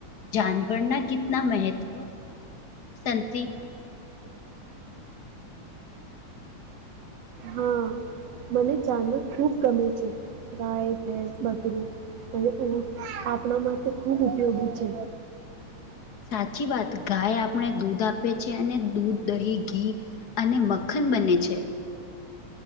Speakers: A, on the left (about 40°); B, on the right (about 65°).
A: જાનવરના કિતના મહત્વ સંતિ
B: હા, મને જાનવર ખુબ ગમે છે. ગાય ભેંસ બકરી અને ઊંટ આપણા માટે ખૂબ ઉપયોગી છે.
A: સાચી વાત ગાય આપણે દૂધ આપે છે અને દૂધ દહી ઘી. અને મખન બને છે.